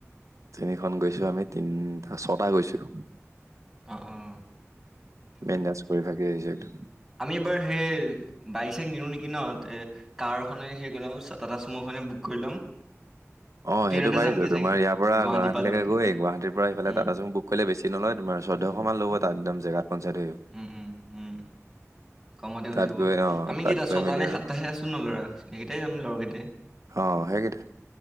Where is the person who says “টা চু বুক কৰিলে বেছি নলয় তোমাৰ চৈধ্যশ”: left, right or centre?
Right